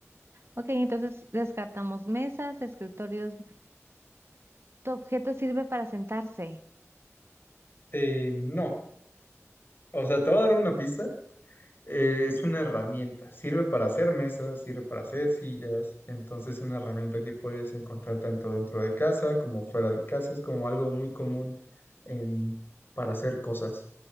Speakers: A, on the right (about 55°); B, on the left (about 45°).
A: Ok, entonces descartamos mesas, escritorios. ¿Tu objeto sirve para sentarse?
B: Eh, no, o sea, te voy a dar una pista. Eh, es una herramienta, sirve para hacer mesas, sirve para hacer sillas, entonces es una herramienta que puedes encontrar tanto dentro de casa como fuera de casa, es como algo muy común en, para hacer cosas,